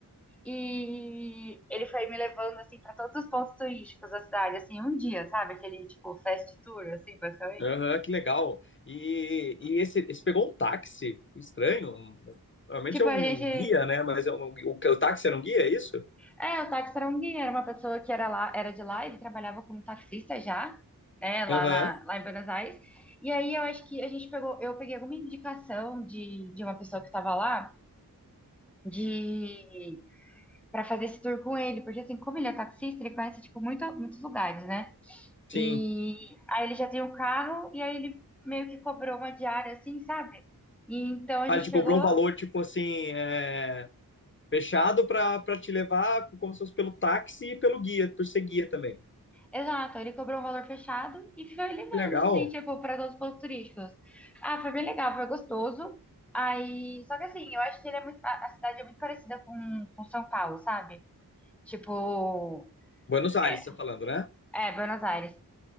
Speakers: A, in the centre; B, on the left (about 35°).
A: e ele foi me levando, assim, para todos os pontos turísticos da cidade, assim, um dia, sabe? Aquele, tipo, fast tour, assim, basicamente.
B: aham, que legal. E, e esse, esse pegou um táxi, que estranho. um- Normalmente
A: Tipo,
B: é um
A: a gente
B: guia, né? Mas é um, o, o táxi era um guia, é isso?
A: É, o táxi era um guia, era uma pessoa que era lá, era de lá, ele trabalhava como taxista já, né, lá
B: Aham,
A: na, lá em Buenos Aires. E aí eu acho que a gente pegou, eu peguei alguma indicação de, de uma pessoa que estava lá de para fazer esse tour com ele, porque assim, como ele é taxista, ele conhece tipo muito, muitos lugares, né?
B: sim.
A: E aí ele já tem um carro e aí ele meio que cobrou uma diária assim, sabe? E então a
B: Ah,
A: gente
B: ele te
A: pegou
B: cobrou um valor, tipo assim, é, fechado pra, pra te levar como se fosse pelo táxi e pelo guia, por ser guia também.
A: Exato, ele cobrou um valor fechado e foi levando,
B: Que legal.
A: assim, tipo, para todos os pontos turísticos. Ah, foi bem legal, foi gostoso. Aí, só que assim, eu acho que ele é muito, a a cidade é muito parecida com, com São Paulo, sabe? Tipo,
B: Buenos Aires,
A: é,
B: você tá falando, né?
A: é, Buenos Aires.